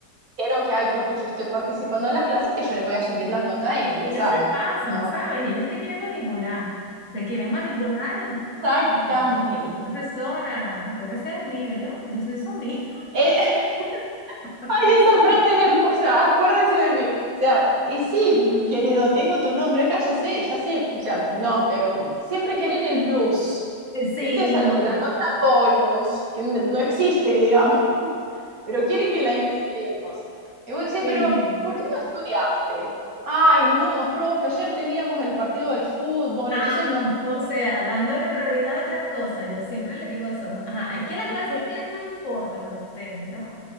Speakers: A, on the right (about 55°); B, on the left (about 45°).
A: dijeron que, ay, profe, yo estoy participando en las clases, que yo le voy a subir la nota en
B: porque
A: el examen.
B: ellos se pasan,
A: No,
B: ¿sabes? Ellos te quieren manipular, te quieren manipular, entonces como
A: exactamente.
B: que, profesora, acuérdese de mí, yo, yo soy su amiga.
A: Eh,
B: <laughs>
A: Ay, esa frase es hermosa, acuérdese de mí. O sea, y sí, mi querido, tengo tu nombre acá, ya sé, ya sé. O sea, no, pero siempre quieren el plus.
B: Sí,
A: ¿Viste? Esa, lo- la nota bonus, que n- no existe, digamos, <laughs> pero quieren que la inventemos. Y vos decís,
B: sí.
A: pero ¿por qué no estudiaste? Ay, no, profe, ayer teníamos el partido de fútbol, entonces
B: Ah,
A: no,
B: o sea, dándole prioridad a otras cosas, yo siempre le digo eso, ajá,
A: pude",
B: es que la
A: ¿viste?
B: clase de inglés no importa para usted, ¿no?